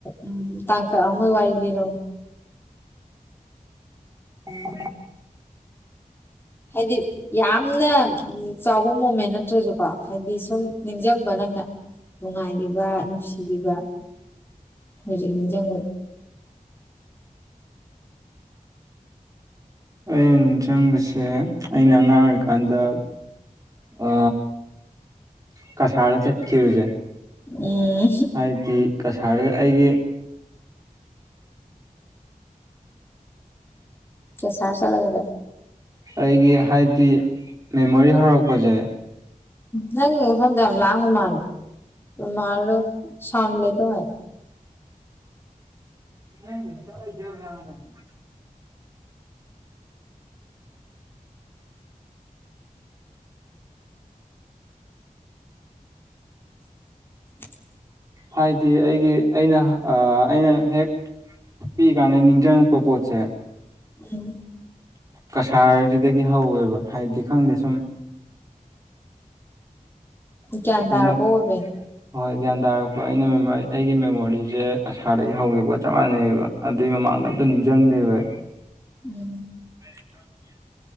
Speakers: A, on the left; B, on the right.
A: ꯎꯃꯜ ꯇꯥꯡꯀꯛ ꯑꯃ ꯋꯥꯔꯤ ꯂꯤꯔꯧꯅꯦ
B: <inaudible>
A: ꯍꯥꯏꯗꯤ ꯌꯥꯝꯅ ꯆꯥꯎꯕ ꯃꯣꯃꯦꯟ ꯅꯠꯇ꯭ꯔꯁꯨꯀꯣ ꯍꯥꯏꯗꯤ ꯁꯨꯝ ꯅꯤꯡꯁꯪꯕꯥ ꯅꯪꯅ ꯅꯨꯡꯉꯥꯏꯒꯤꯕ ꯅꯨꯡꯁꯤꯕꯤꯕ ꯍꯨꯖꯤꯛ ꯅꯤꯡꯖꯪ
B: ꯑꯩꯅ ꯅꯤꯡꯆꯪꯕꯁꯦ ꯑꯩꯅ ꯑꯉꯥꯡ ꯑꯣꯏꯔꯤꯀꯥꯟꯗ ꯑ ꯀꯁꯥꯔꯗ ꯆꯠꯈꯤꯕꯖꯦ
A: ꯎꯝ
B: ꯍꯥꯏꯗꯤ ꯀꯁꯥꯔꯒ ꯑꯩꯒꯤ
A: ꯀꯁꯥꯔ ꯆꯠꯂꯒꯗ
B: ꯑꯩꯒꯤ ꯍꯥꯏꯗꯤ ꯃꯦꯃꯣꯔꯤ ꯍꯧꯔꯛꯄꯁꯦ
A: ꯅꯪ ꯃꯐꯝꯗꯨ ꯌꯥꯝ ꯂꯥꯡꯕ ꯃꯥꯜꯂꯦ ꯃꯥꯜꯂꯣ ꯁꯥꯎꯟ ꯂꯩꯗꯧ ꯍꯥꯏ
B: <unintelligible>
A: <inaudible>
B: ꯍꯥꯏꯗꯤ ꯑꯩꯒꯤ ꯑꯩꯅ ꯑꯩꯅ ꯍꯦꯛ ꯄꯤꯛꯏ ꯀꯥꯟꯗꯩ ꯅꯤꯡꯆꯪꯉꯛꯄ ꯄꯣꯠꯁꯦ
A: ꯎꯝ
B: ꯀꯥꯁꯔ ꯁꯤꯗꯒꯤ ꯍꯧꯋꯦꯕ ꯍꯥꯏꯗꯦ ꯈꯪꯗꯦ ꯁꯨꯝ
A: ꯒꯌ꯭ꯥꯟ ꯇꯔꯛꯄ
B: ꯑꯩꯅ
A: ꯑꯣꯏꯕꯩꯅꯤ
B: ꯍꯣꯏ ꯒ꯭ꯌꯥꯟ ꯇꯥꯔꯛꯄ ꯑꯩꯅ ꯃꯦꯃꯣꯔꯤ ꯑꯩꯒꯤ ꯃꯦꯃꯣꯔꯤꯁꯦ ꯀꯁꯥꯔꯗꯒꯤ ꯍꯧꯈꯤꯕꯒ ꯆꯞ ꯃꯥꯟꯅꯩꯌꯦꯕ ꯑꯗꯨꯏ ꯃꯃꯥꯡꯗ ꯑꯝꯇ ꯅꯤꯡꯖꯪꯗꯦꯕ ꯑꯩ
A: ꯎꯝ
B: <inaudible>